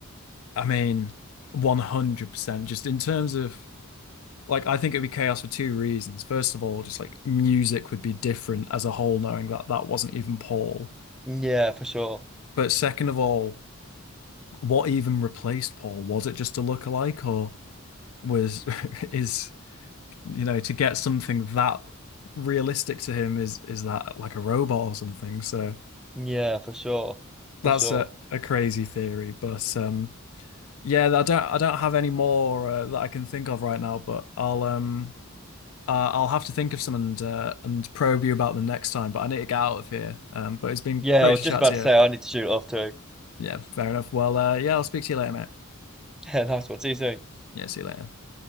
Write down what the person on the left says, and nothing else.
I mean, 100%. Just in terms of like, I think it would be chaos for two reasons. First of all, just like music would be different as a whole, knowing that that wasn't even Paul.
But second of all, what even replaced Paul? Was it just a lookalike or was <laughs> is you know to get something that realistic to him is is that like a robot or something so
that's
a, a crazy theory but um yeah I don't I don't have any more uh, that I can think of right now but I'll um uh, I'll have to think of some and uh, and probe you about them next time but I need to get out of here um but it's been
great
to
chat
to you
yeah fair enough well uh yeah I'll speak to you later mate
yeah see you later